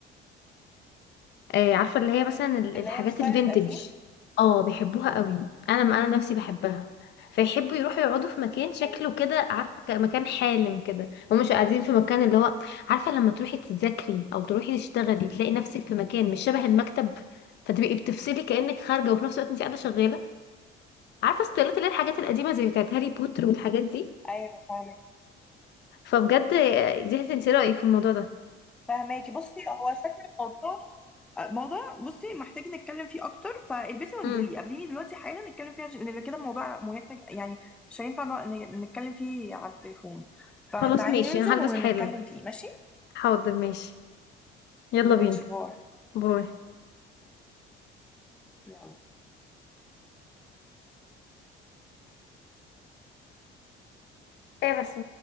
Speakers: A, on the left; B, in the centre.
A: آه، عارفة اللي هي مثلا ال-
B: اللي
A: الحاجات
B: هي الستايل
A: الفينتج
B: القديم
A: اه بيحبوها قوي انا انا نفسي بحبها فيحبوا يروحوا يقعدوا في مكان شكله
B: أي-
A: كده عارفة ك- مكان حالم كده ومش قاعدين في مكان اللي هو عارفة لما تروحي تذاكري او تروحي تشتغلي تلاقي نفسك في مكان مش شبه المكتب فتبقي بتفصلي كأنك خارجة وفي نفس الوقت انت قاعدة شغالة عارفة ستايلات اللي هي الحاجات القديمة زي بتاعت هاري بوتر والحاجات دي
B: ايوه فاهمك
A: فبجد آه، دي هتنسي رأيك في الموضوع ده
B: فاهماكي بصي هو شكل الموضوع آه، موضوع بصي محتاج نتكلم فيه اكتر فالبسي وانزلي
A: امم
B: قابليني دلوقتي حالا نتكلم فيه عشان- لان كده الموضوع مهم ج- يعني مش هينفع نق- ن- نتكلم فيه على التليفون فتعالي
A: خلاص ماشي
B: ننزل
A: انا هلبس
B: ونتكلم
A: حالا
B: فيه ماشي
A: حاضر ماشي يلا
B: ماشي
A: بينا
B: باي
A: باي
B: يلا
A: ايه بس